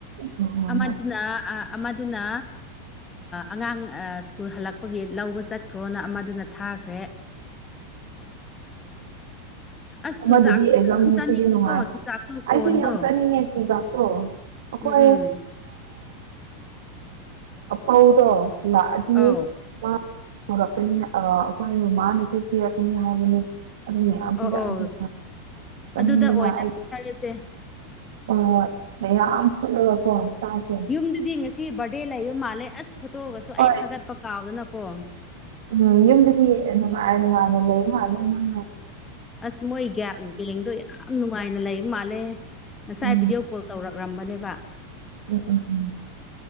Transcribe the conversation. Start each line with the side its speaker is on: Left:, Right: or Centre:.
Right: ꯍꯣꯏ
Left: ꯑꯃꯗꯨꯅ
Right: ꯍꯣꯏ
Left: ꯑ ꯑꯃꯗꯨꯅ ꯑꯉꯥꯡ ꯁ꯭ꯀꯨꯜ ꯍꯜꯂꯛꯄꯒꯤ ꯂꯧꯕ ꯆꯠꯈ꯭ꯔꯣꯅ ꯑꯃꯗꯨꯅ ꯊꯥꯈ꯭ꯔꯦ ꯑꯁ
Right: ꯑꯃꯗꯨꯗꯤ
Left: ꯆꯨꯖꯥꯛꯁꯨ
Right: ꯑꯦꯖꯝ
Left: ꯌꯥꯝ
Right: ꯉꯁꯤꯗꯤ
Left: ꯆꯥꯅꯤꯡꯉꯤꯀꯣ
Right: ꯅꯨꯡꯉꯥꯏ
Left: ꯆꯨꯖꯥꯛꯇꯣ
Right: ꯑꯩꯁꯨ
Left: ꯀꯣꯟꯗꯣ
Right: ꯌꯥꯝ ꯆꯥꯅꯤꯡꯉꯦ ꯆꯨꯖꯥꯛꯇꯣ ꯑꯩꯈꯣꯏ
Left: ꯎꯝ ꯎꯝ
Right: ꯑꯄꯧꯗꫭ ꯂꯥꯛ ꯑꯗꯤ
Left: ꯑꯧ
Right: ꯃꯥ ꯄꯨꯔꯛꯀꯅꯤ ꯑ ꯑꯩꯈꯣꯏ ꯃꯃꯥꯅꯁꯨ ꯄꯤꯔꯛꯀꯅꯤ ꯍꯥꯏꯕꯅꯦ ꯑꯗꯨ ꯃꯌꯥꯝ ꯄꯤꯔꯛꯑꯗꯤ
Left: ꯑꯧ ꯑꯧ
Right: <inaudible> ꯆꯥꯅꯤꯡꯕꯅ
Left: ꯑꯗꯨꯗ
Right: ꯑꯩ
Left: <unintelligible>
Right: ꯍꫭ ꯍꯣꯏ ꯌꯥꯝꯌꯥꯝ ꯐꯨꯜꯂꯒꯀꯣ ꯆꯥꯁꯦ
Left: ꯌꯨꯝꯗꯗꯤ ꯉꯁꯤ ꯕꯥꯔꯗꯦ ꯂꯩꯕ ꯃꯥꯜꯂꯦ ꯑꯁ ꯐꯣꯇꯣꯒꯁꯨ
Right: ꯍꯣꯏ
Left: ꯑꯩ ꯊꯥꯒꯠꯄ ꯀꯥꯎꯗꯅꯀꯣ
Right: ꯎꯝ ꯌꯨꯝꯗꯗꯤ ꯅꯨꯉꯥꯏ ꯅꯨꯉꯥꯏ ꯂꯩꯕ ꯃꯥꯜꯂꯦ ꯅꫭꯏꯗꫭ
Left: ꯑꯁ ꯃꯣꯏ ꯒꯦꯡꯗꯣ ꯌꯥꯝ ꯅꯨꯡꯉꯥꯏꯅ ꯂꯩꯕ ꯃꯥꯜꯂꯦ ꯉꯁꯥꯏ
Right: ꯎꯝ
Left: ꯚꯤꯗꯤꯑꯣ ꯀꯣꯜ ꯇꯧꯔꯛ ꯔꯝꯕꯅꯦꯕ
Right: ꯎꯝ ꯎꯝ ꯎꯝ